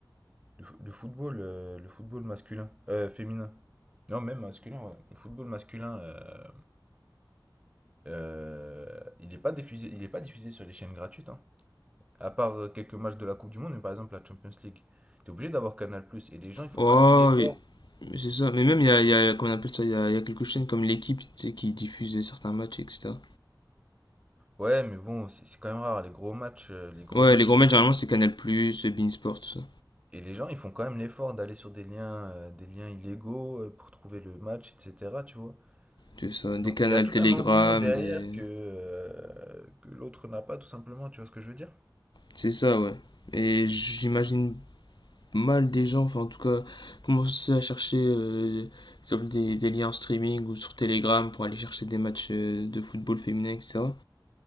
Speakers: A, on the right (about 15°); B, on the left (about 70°).
A: le, fo- le football, euh, le football masculin, euh, féminin. Non, même masculin, ouais. Le football masculin, euh, euh, il n'est pas diffusé, il est pas diffusé sur les chaînes gratuites, hein. À part euh, quelques matchs de la Coupe du Monde, mais par exemple la Champions League. T'es obligé d'avoir Canal+, et les gens, ils font
B: Oh,
A: quand même l'effort.
B: oui, mais c'est ça. Mais même, il y a, il y a- comment on appelle ça, il y a, il y a quelques chaînes comme l'équipe, tu sais, qui diffusent certains matchs, etc.
A: Ouais, mais bon, c'est c'est quand même rare, les gros matchs, euh, les gros
B: Ouais,
A: matchs
B: les gros matchs, généralement, c'est Canal+, Beansport, tout ça.
A: Et les gens, ils font quand même l'effort d'aller sur des liens, euh, des liens illégaux euh, pour trouver le match, etc. Tu vois.
B: C'est ça, des
A: Donc
B: canals
A: il y a tout
B: Telegram,
A: un engouement derrière
B: des...
A: que, euh, que l'autre n'a pas, tout simplement. Tu vois ce que je veux dire?
B: C'est ça, ouais. Et j'imagine mal des gens, enfin, en tout cas, commencer à chercher euh, comme des, des liens en streaming ou sur Telegram pour aller chercher des matchs euh, de football féminin, etc.